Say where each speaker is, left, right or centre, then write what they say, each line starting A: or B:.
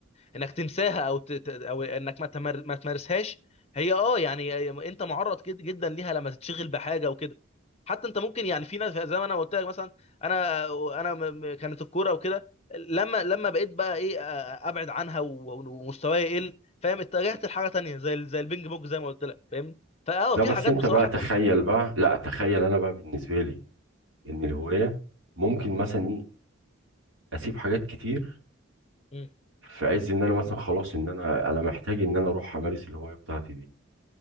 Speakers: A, on the left (about 30°); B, on the right (about 80°).
A: انك تنساها او ت... ت- او انك ما تمر... ما تمارسهاش هي اه يعني انت معرض جد- جدا ليها لما تتشغل بحاجه وكده حتى انت ممكن يعني في ناس زي ما انا قلت لك مثلا انا انا م- م- كانت الكوره وكده لما لما بقيت بقى ايه آه، ابعد عنها و- ومستواي يقل فاهم اتجهت لحاجه تانية زي ال- زي البينج بونج زي ما قلت لك فاهم فاه
B: لا
A: في
B: بس
A: حاجات
B: انت
A: بصراحه
B: بقى تخيل
A: انت ممكن
B: بقى لا تخيل انا بقى بالنسبه لي ان الهوايه ممكن مثلا ايه اسيب حاجات كتير
A: مم.
B: في عز ان انا مثلا خلاص ان انا انا محتاج ان انا اروح امارس الهوايه بتاعتي دي